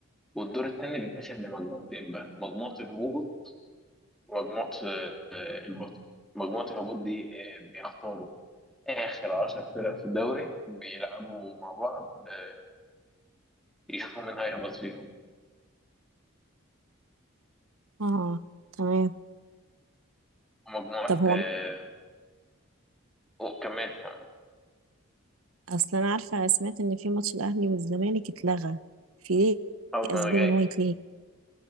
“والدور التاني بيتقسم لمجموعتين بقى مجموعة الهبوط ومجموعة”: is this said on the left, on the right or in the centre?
Centre